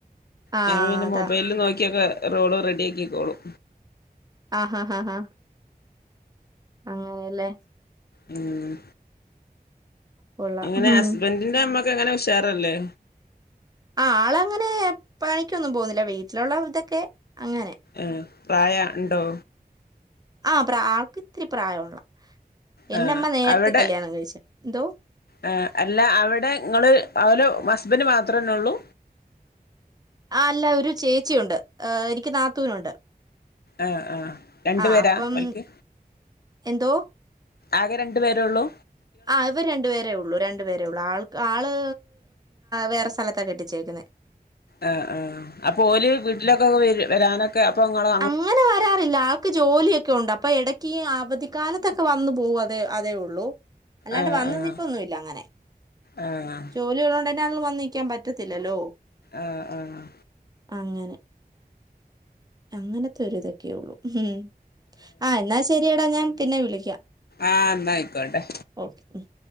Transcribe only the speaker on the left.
ഞാൻ പിന്നെ
മൊബൈല് നോക്കിയൊക്കെ റോള് റെഡി ആക്കിക്കോളും
ഉം
ഇങ്ങനെ
ഹസ്ബന്റിന്റെ അമ്മക്കെ എങ്ങനെ ഉഷാറല്ലേ
ഏഹ് പ്രായ ഉണ്ടോ
ആഹ്
അവിടെ
ആഹ് അല്ല അവിടെ ഇങ്ങള് ഓല് ഹസ്ബന്റ് മാത്രന്നെ ഉള്ളൂ
ആഹ് ആഹ് രണ്ടു
പേരാ
ഓൽക്ക്
ആകെ രണ്ടു പേരേ ഉള്ളൂ
ആഹ് ആഹ് അപ്പൊ ഓല് വീട്ടിലൊകൊക്കെ വരാനൊക്കെ അപ്പൊ ഇങ്ങളോ
ആഹ്
ആഹ്
ആഹ്
ആഹ് ആഹ്
ആഹ് ഇന്നയിക്കോട്ടെ